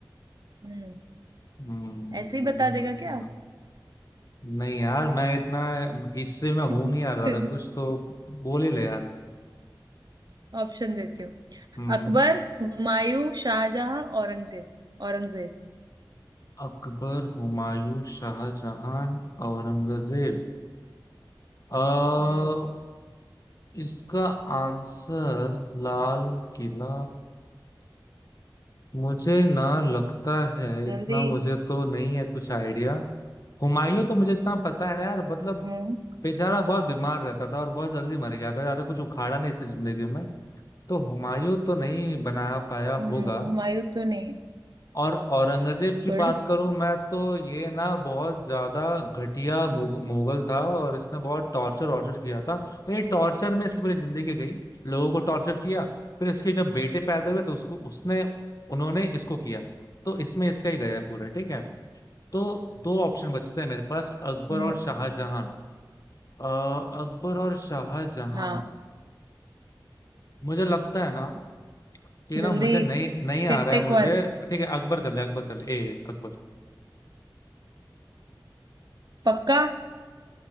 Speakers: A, on the right; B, on the left.
A: हम्म
B: हम्म,
A: ऐसे ही बता
B: लाल
A: देगा
B: किला
A: क्या
B: नहीं यार मैं इतना हिस्ट्री में
A: <laughs>
B: हूं नहीं यार ज्यादा कुछ तो बोल ही ले यार
A: ऑप्शन देती हूँ
B: हम्म
A: अकबर हुमायूं शाहजहां औरंगजेब औरंगजेब
B: अकबर हुमायूं शाहजहां औरंगजेब अ
A: हम्म
B: इसका आंसर लाल किला मुझे ना लगता है
A: जल्दी
B: इतना मुझे तो नहीं है कुछ आइडिया हुमायूं तो मुझे इतना पता है ना यार मतलब
A: हम्म
B: बेचारा बहुत बीमार रहता था और बहुत जल्दी मर गया था ज्यादा कुछ उखाड़ा नहीं इसकी जिंदगी में तो हुमायूं तो नहीं बना पाया होगा
A: हम्म, हुमायूं तो नहीं है
B: और औरंगजेब की
A: गुड
B: बात करूं मैं तो ये ना बहुत ज्यादा घटिया मुग, मुगल था और इसने बहुत टॉर्चर वॉर्चर किया था तो ये टॉर्चर में इसकी पूरी जिंदगी गई लोगों को टॉर्चर किया फिर इसके जब बेटे पैदा हुए तो उसको उसने उन्होंने इसको किया तो इसमें इसका ही गया है पूरा ठीक है तो दो ऑप्शन बचते हैं मेरे पास अकबर
A: हम्म
B: और शाहजहां अ, अकबर और शाहजहां
A: हाँ
B: मुझे लगता है ना कि
A: जल्दी
B: ना मुझे नहीं नहीं
A: Tick
B: आ रहा
A: tick
B: है मुझे
A: one
B: ठीक है अकबर कर ले अकबर कर ले ए अकबर
A: पक्का